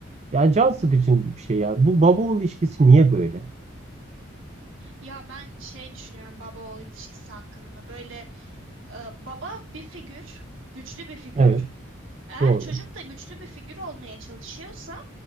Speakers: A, on the right; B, on the right.
A: Yani can sıkıcı
B: Hı hı.
A: bir şey ya. Bu baba oğul ilişkisi niye böyle?
B: Ya ben şey düşünüyorum baba oğul ilişkisi hakkında. Böyle e, baba bir figür, güçlü bir figür.
A: Evet,
B: Eğer
A: doğru.
B: çocuk da güçlü bir figür olmaya çalışıyorsa